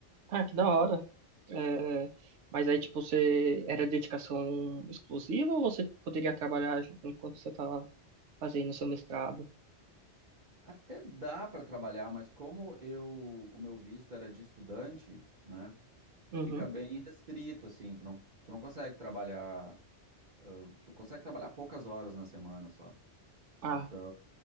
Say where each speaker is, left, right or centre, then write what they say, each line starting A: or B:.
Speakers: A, on the right; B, on the right.
A: Ah, que da hora. É, mas aí, tipo, você era dedicação exclusiva ou você poderia trabalhar enquanto você estava fazendo seu mestrado?
B: Até dá para trabalhar, mas como eu, o meu visto era de estudante, né,
A: Uhum.
B: fica bem restrito assim, tu não, tu não consegue trabalhar, eh, tu consegue trabalhar poucas horas na semana só.
A: Ah,
B: Então,